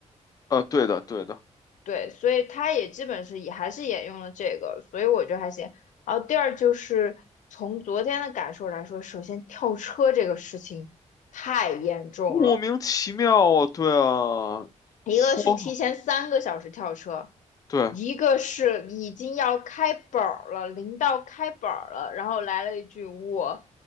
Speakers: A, on the left (about 30°); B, on the left (about 80°).
A: 啊，对的，对的，
B: 对，所以他也基本是也还是沿用了这个，所以我觉得还行。然后第二就是从昨天的感受来说，首先跳车这个事情太严重了，
A: 莫名其妙啊，对啊，
B: 一个是提前三个小时跳车，
A: 说嘛，对，
B: 一个是已经要开板儿了，临到开板儿了，然后来了一句我，